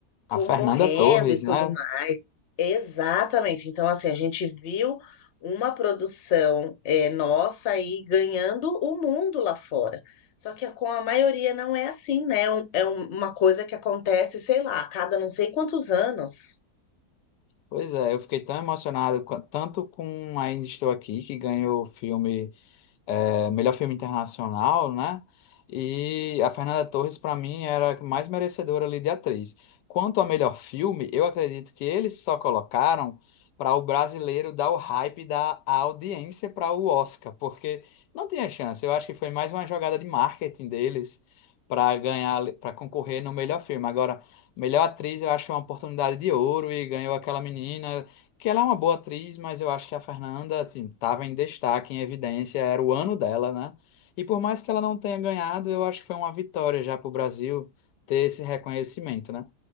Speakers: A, on the left (about 55°); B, on the left (about 90°).
A: concorrendo
B: A Fernanda Torres,
A: e tudo
B: né?
A: mais. Exatamente. Então, assim, a gente viu uma produção é, nossa aí ganhando o mundo lá fora. Só que com a maioria não é assim, né? É um- é um- uma coisa que acontece, sei lá, a cada não sei quantos anos.
B: Pois é, eu fiquei tão emocionado, quan- tanto com Ainda Estou Aqui, que ganhou o filme é, melhor filme internacional, né? E a Fernanda Torres, para mim, era a que mais merecedora ali de atriz. Quanto ao melhor filme, eu acredito que eles só colocaram para o brasileiro dar o hype da a audiência para o Oscar, porque não tinha chance. Eu acho que foi mais uma jogada de marketing deles para ganhar, para concorrer no melhor filme. Agora, melhor atriz, eu acho uma oportunidade de ouro e ganhou aquela menina que ela é uma boa atriz, mas eu acho que a Fernanda, assim, estava em destaque, em evidência, era o ano dela, né? E por mais que ela não tenha ganhado, eu acho que foi uma vitória já para o Brasil ter esse reconhecimento, né?